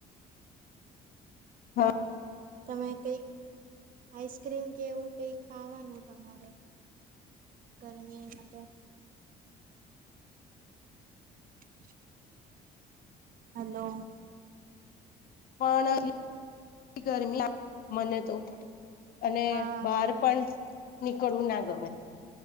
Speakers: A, on the left (about 60°); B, on the right (about 55°).
A: હા
B: તમે કઈ આઈસ્ક્રીમ કે એવું કઈ ખાવાનું તમારે ગરમી માટે
A: <inaudible>
B: <unintelligible> હલો
A: પણ ગરમી મને તો અને
B: હા
A: બહાર પણ નીકળવું ના ગમે